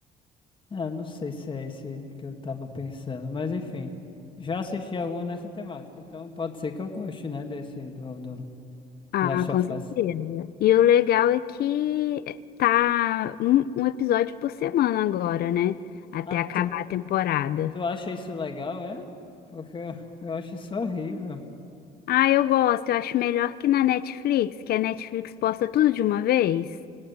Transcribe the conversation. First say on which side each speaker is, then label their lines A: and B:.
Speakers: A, on the left (about 30°); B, on the left (about 65°).
A: Ah, não sei se é esse que eu tava pensando, mas enfim, já assisti alguma nessa temática, então pode ser que eu goste, né, desse do, do
B: Ah,
A: Last
B: com
A: of
B: certeza.
A: Us.
B: E o legal é que tá um, um episódio por semana agora, né? Até
A: Ah, tu,
B: acabar a temporada.
A: tu acha isso legal, é? Porque eu, eu acho isso horrível.
B: Ah, eu gosto. Eu acho melhor que na Netflix, que a Netflix posta tudo de uma vez.